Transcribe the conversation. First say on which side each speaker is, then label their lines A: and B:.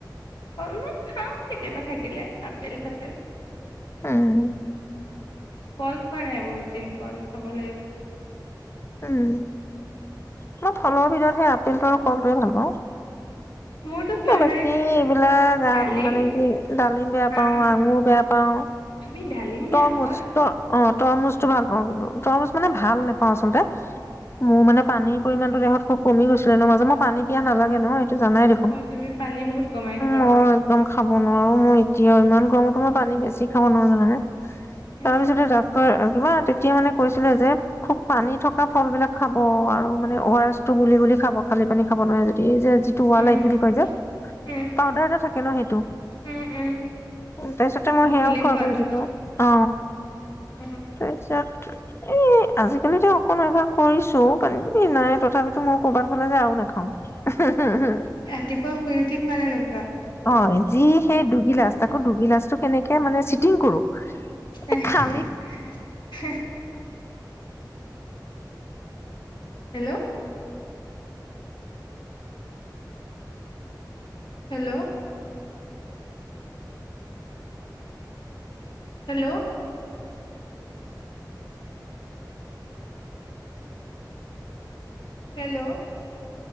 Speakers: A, on the left; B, on the left.
A: অলপ খাওঁ কেতিয়াবা থাকিলে আপেল চাপেল
B: উম
A: কল খোৱা নাই বহুত দিন কল খাব লাগিব
B: উম অলপ ফলৰ ভিতৰত সেই আপেলটো আৰু কলটোৱে ভাল পাওঁ
A: মোৰতো ফেভৰেট
B: বাকী এইবিলাক
A: ডালিম
B: মানে কি ডালিম বেয়া পাও
A: আম
B: আঙুৰ বেয়া পাও
A: তুমি ডালিম
B: তৰমুজ
A: বেয়া পোৱা
B: ত অ তৰমুজ ভাল পাওঁ কিন্তু তৰমুজ মানে ভাল নোপাওঁ আচলতে মোৰ মানে পানীৰ পৰিমাণো দেহত খুব কমি গৈছিলে ন মাজ মই পানী পিয়া নালাগে নহয় জানাই দেখোন
A: অ তুমি পানী বহুত কমাই
B: উ
A: খোৱা
B: মই একদম খাব নোৱাৰো মই এতিয়া ইমান গৰম মই পানী বেছি খাব নো জানে
A: উম
B: তাৰপিছতে ডাকৰ ইিবা তেতিয়া মানে কৈছিলে যে খুব পানী থকা ফল বিলাক খাব আৰু মানে অ আৰ এছ টো গুলি গুলি খাব খালি পানী খাব নহয় যদি যে যুটি ৱালাইট
A: উম
B: বুলি কয় যে
A: উম
B: পাউদাৰ এটা থাকে ন সেইটো
A: উম উম
B: তাৰিছতে মই সেয়াও
A: গুলি
B: খোৱা
A: খোৱাটো
B: কৰিছিলো অ
A: উম
B: তাৰপিছত এ আজিকালিিতো অকণ এবাৰ কৰিছো কান এই নাই তথাপিতো মোৰ কৰ'বাত ফাললে যে আৰু নাখাওঁ
A: ৰাতিপুৱা শুই উঠি খোৱা নে ন
B: অ যি সেই দুগিলাচ তাকো দুগিলাচ কেনেকে মানে চিটিং কৰো
A: আহ
B: এই খালি
A: হেল্ল' হেল্ল' হেল্ল' হেল্ল'